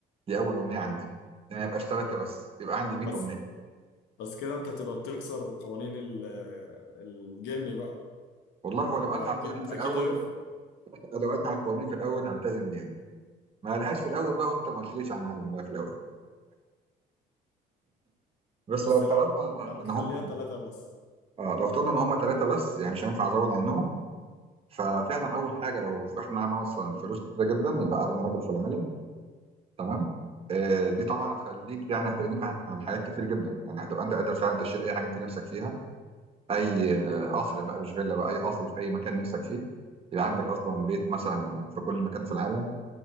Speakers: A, on the right; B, on the left.
A: دي اول امنيه عندي يعني ما يبقاش ثلاثه بس يبقى عندي 100
B: بس
A: امنيه
B: بس كده انت تبقى بتكسر قوانين ال- الجني بقى
A: والله
B: ان
A: ولو
B: هو
A: قالها
B: اكيد
A: على القوانين في
B: اكيد
A: الاول
B: هيرفض
A: لو قالها على القوانين في الاول هلتزم بيها ما قالهاش في الاول بقى اقول انت ما قلتليش يا معلم بقى في الاول بس
B: بس
A: لو افترضنا
B: لو انا
A: ان
B: خليها
A: هم
B: ثلاثة بس
A: اه لو افترضنا ان هم ثلاثه بس يعني مش هينفع ازود عنهم ففعلا اول حاجه لو احنا معانا مثلا فلوس كتيره جدا يبقى اغنى رجل في العالم تمام آه، دي طبعا هتخليك يعني هتغنيك عن عن حاجات كتير جدا يعني هتبقى انت قادر فعلا تشيل اي حاجه انت نفسك فيها اي آه، قصر بقى مش فيلا بقى اي قصر في اي مكان نفسك فيه يبقى عندك اصلا بيت مثلا في كل مكان في العالم